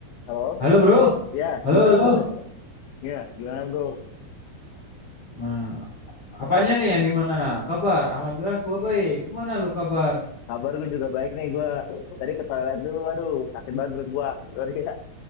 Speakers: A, on the left; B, on the left.
A: Halo?
B: Halo bro,
A: Ya,
B: halo
A: gimana
B: halo.
A: bro? Ya, gimana bro?
B: Nah, apanya nih yang gimana? Kabar? Alhamdulillah gua baik. Gimana lu kabar?
A: Kabar gue juga baik nih gue. Tadi ke toilet dulu, aduh sakit banget perut gue. Sorry ya.